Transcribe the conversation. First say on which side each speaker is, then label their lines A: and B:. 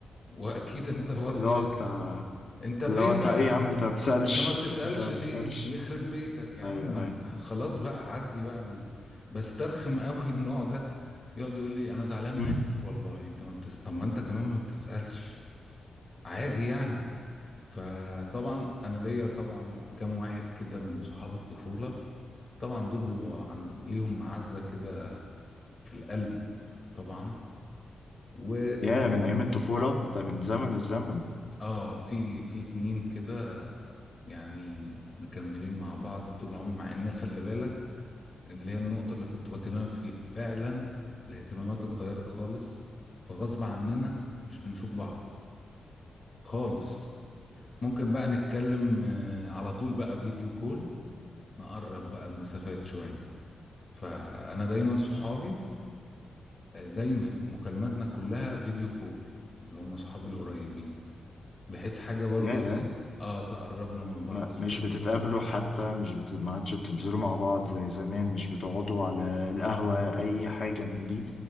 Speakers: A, on the left; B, on the left.
A: واكيد انت برضو
B: اللي هو
A: يعني.
B: بتاع
A: انت فين
B: اللي هو انت
A: بقى
B: ايه يا عم انت ما بتسألش
A: انت ما بتسألش
B: انت ما
A: ليه
B: بتسألش
A: يخرب بيتك يا عم
B: ايوه
A: من...
B: ايوه
A: خلاص بقى عدي بقى ال... بسترخم قوي النوع ده يقعد يقول لي انا زعلان منك
B: امم
A: والله انت ما بتس... طب ما انت كمان ما بتسألش عادي يعني فطبعا انا ليا طبعا كام واحد كده من صحاب الطفوله طبعا دول بيبقوا عند... ليهم معزه كده في القلب طبعا و
B: يا من ايام الطفولة انت من زمن الزمن
A: اه في في اتنين كده يعني مكملين مع بعض طول العمر مع ان خلي بالك اللي هي النقطه اللي كنت بكلمك فيها فعلا الاهتمامات اتغيرت خالص فغصب عننا مش بنشوف بعض خالص ممكن بقى نتكلم آه، على طول بقى فيديو كول نقرب بقى المسافات شويه فانا دايما صحابي آه، دايما مكالماتنا كلها فيديو كول اللي هم صحابي القريبين بحيث حاجه برضو
B: يا
A: ايه اه تقربنا من بعض
B: ما-
A: شويه
B: مش بتتقابلوا حتى مش بت... ما عادش بتنزلوا مع بعض زي زمان مش بتقعدوا على القهوة أي حاجة من دي